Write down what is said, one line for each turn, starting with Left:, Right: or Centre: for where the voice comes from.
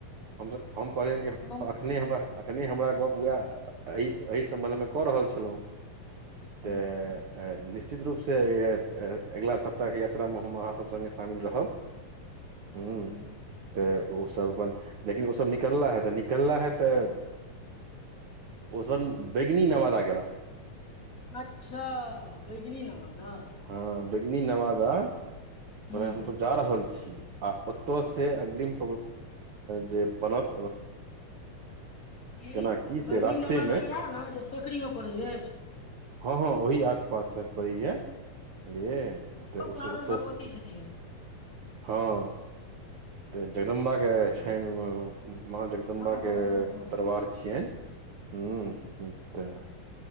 Right: हमस हम कहलियनि कि
Left: तहन
Right: अखने हमरा अखने हमरा गप्प उएह एहि एहि सम्बन्धमे कऽ रहल छलहुँ
Left: हँ
Right: तऽ। निश्चित रूपसँ अगिला सप्ताहके यात्रामे हम अहाँसभ सङ्गे शामिल रहब।
Left: <unintelligible>
Right: ह तऽ ओसभ अपन लेकिन ओसभ निकलला हे तऽ निकलला हे तऽ। ओसभ बैगनी नवादा गेलाह।
Left: अच्छा बैगनी नवादा?
Right: हँ बैगनी नवादा
Left: हूँ।
Right: कहल हमसभ जा रहल छी आ ओतय से अग्रिम जे बनत।
Left: ई
Right: केना की से
Left: बैदनी
Right: रास्तेमे
Left: नवादा इएह ने जे सकरी मे पड़े अछि।
Right: हँ हँ ओही आस पास सभ पड़ैए बझलियै
Left: मतलब
Right: तऽ
Left: कहाँ
Right: ओसभ
Left: दन
Right: ओतह।
Left: भगवती छथिन
Right: हँ तऽ जगदम्बाे
Left: हँ
Right: छनि माँ जग। जगदुम्बा
Left: हँ
Right: के
Left: हँ हँ
Right: दरबार छियैन हू
Left: हँ हँ
Right: तऽ।